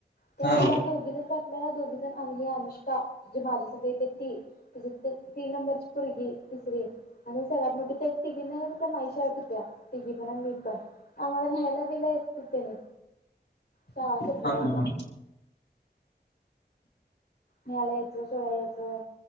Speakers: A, on the left; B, on the left.
A: त्या
B: हा
A: त्या दोघी जण त्यातल्या दोघी जण हे अनुष्का जे माझ्या संघ येत्या ती. त तीन नंबरची पोरगी. तिसरी आणि सगळ्यात मोठी ते तिघी नाही त्या माईशा यत होत्या. तिघी पण आणि मी पण त्यामुळ ह्यायला बिला येत तिनी
B: <unintelligible>
A: शाळा सुटल्या
B: हा
A: वरती. न्यायला यायचं सोडा याचं.